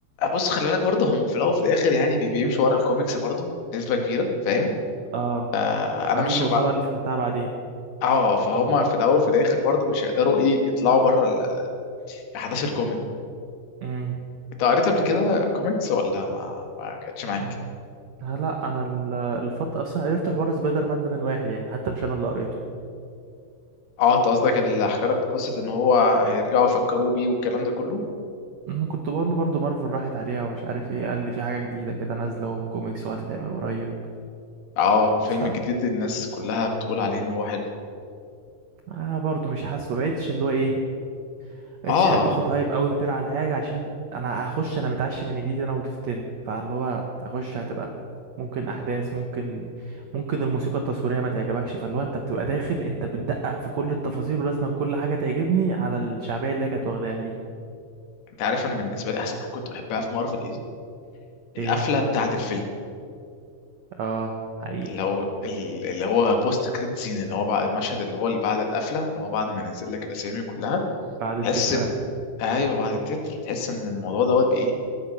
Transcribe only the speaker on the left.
بص خلي بالك برضه هم في الاول وفي الاخر يعني بي- بيمشوا ورا الكوميكس برضه نسبه كبيره فاهم
آه، انا
مش
اه فهم في الاول في الاخر برضو مش هيقدروا ايه يطلعوا بره ال- ال- احداث الكوميك
انت قريت قبل كده كوميكس ولا ما ما كانتش معاك
اه انت قصدك اللي حكى لك قصه ان هو هيرجعوا يفكروا بيه والكلام ده كله
اه فيلم
جديد الناس كلها بتقول عليه ان هو حلو
اه
انت عارف انا بالنسبه لي احسن حاجه كنت بحبها في مارفل ايه القفله
بتاعه الفيلم
اللي هو اللي هو بوست كريد سين اللي هو بعد المشهد اللي هو اللي بعد القفله اللي هو بعد ما ينزل لك الاسامي كلها
تحس ان
ايوه بعد التتر تحس ان الموضوع دوت بايه